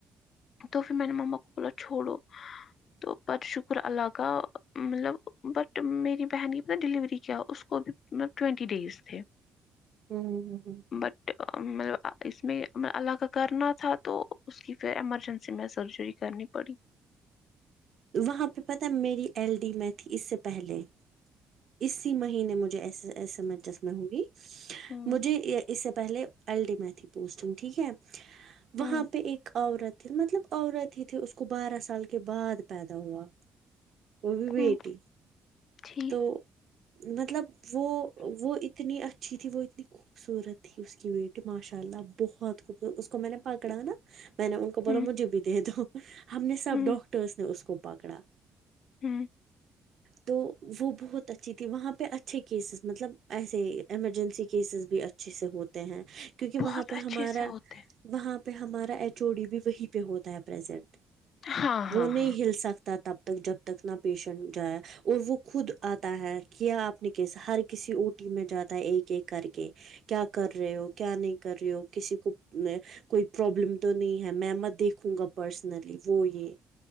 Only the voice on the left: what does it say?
تو پھر میں نے مما کو بولا چھوڑو تو بٹ شکر اللہ کا مطلب بٹ میری بہن کی ڈلیوری کیا اس کو بھی مطلب ٹوینٹی ڈیز تھے
بٹ مطلب آ اس میں میں اللہ کا کرنا تھا تو اس کی پھر ایمر جنسی میں سرجری کرنی پڑی
ہوں
ہوں
ہوں ٹھیک
ہوں
ہوں
ہوں
بہت
اچھے
سے ہوتے
ہاں ہاں
ہاں